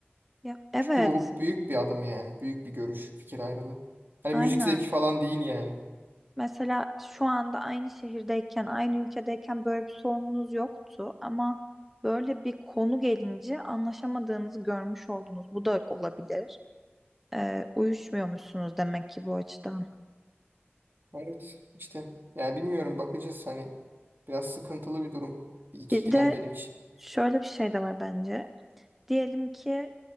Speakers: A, in the centre; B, on the right.
A: Ya evet,
B: Çünkü bu büyük bir adım yani. Büyük bir görüş, fikir ayrılığı. Hani
A: aynen.
B: müzik zevki falan değil yani.
A: Mesela şu anda aynı şehirdeyken, aynı ülkedeyken böyle bir sorununuz yoktu ama böyle bir konu gelince anlaşamadığınızı görmüş oldunuz. Bu da olabilir. Ee, uyuşmuyormuşsunuz demek ki bu açıdan.
B: Evet işte. Yani bilmiyorum bakacağız hani. Biraz sıkıntılı bir durum. Bir ikilem
A: Bir de
B: benim için.
A: şöyle bir şey de var bence. Diyelim ki